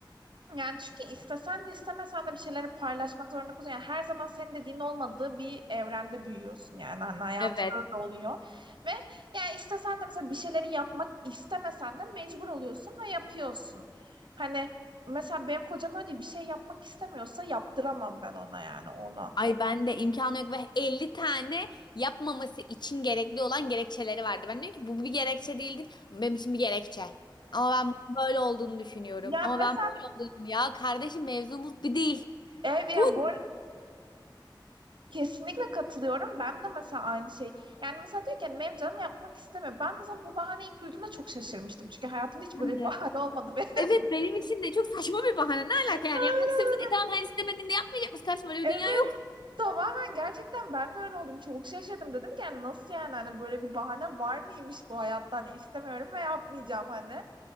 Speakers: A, on the right; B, on the left.
A: Yani çünkü istesen de istemesen de bir şeyleri paylaşmak zorunda kalıyorsun. Yani her zaman senin dediğin olmadığı bir evrende büyüyorsun yani hani hayatında
B: evet.
A: da oluyor. Ve yani istesen de mesela bir şeyleri yapmak istemesen de mecbur oluyorsun ve yapıyorsun. Hani mesela benim kocam öyle değil, bir şey yapmak istemiyorsa yaptıramam ben ona yani onu.
B: Ay ben de imkanı yok ve elli tane yapmaması için gerekli olan gerekçeleri vardı. Ben diyorum ki bu bir gerekçe değildir. ama Benim için bir gerekçe. Ama ben bunun böyle olduğunu düşünüyorum.
A: Yani
B: Ama
A: mesela
B: ben böyle olduğunu düşünüyorum. ya kardeşim mevzumuz bir değil.
A: ev ya
B: Bu
A: bu Kesinlikle katılıyorum. Ben de mesela aynı şey. Yani mesela diyor ki hani benim canım yapmak istemiyor. Ben mesela bu bahane ilk duyduğumda çok şaşırmıştım. Çünkü hayatımda hiç böyle
B: Ben de.
A: bir bahane olmadı benim.
B: Evet benim için de çok saçma bir bahane. Ne alaka
A: <laughs>
B: yani yapmak istemiyorsan. E tamam hani istemediğinde yapmayacak mısın? Kardeşim öyle bir
A: Evet
B: dünya yok.
A: tamamen gerçekten ben de öyle oldum. Çok şaşırdım. Dedim ki yani nasıl yani hani böyle bir bahane var mıymış bu hayatta? Hani istemiyorum ve yapmayacağım hani.